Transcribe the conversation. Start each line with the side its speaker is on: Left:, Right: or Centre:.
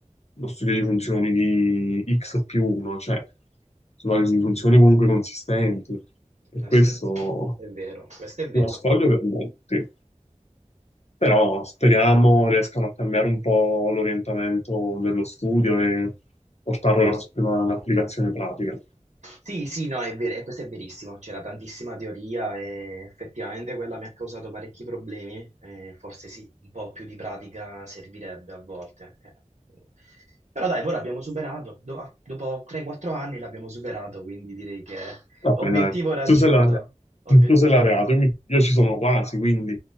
Left: lo studio di funzioni di x più 1, cioè svolgi funzioni comunque consistenti e
Right: Eh,
Left: questo
Right: sì, è vero, questo è vero.
Left: è uno scoglio per molti. Però speriamo riescano a cambiare un po' l'orientamento dello studio e portarlo verso una- un'applicazione pratica.
Right: Sì, sì, no, è vero, e questo è verissimo, c'era tantissima teoria e effettivamente quella mi ha causato parecchi problemi, eh, forse sì, un po' più di pratica servirebbe a volte. eh. Però dai, poi l'abbiamo superato, do- ah, dopo 3-4 anni l'abbiamo superato, quindi direi che
Left: Vabbè,
Right: obiettivo
Left: dai,
Right: raggiunto,
Left: tu sei laureato,
Right: obiettivo
Left: tu sei
Right: raggiunto.
Left: laureato, io mi- io ci sono quasi, quindi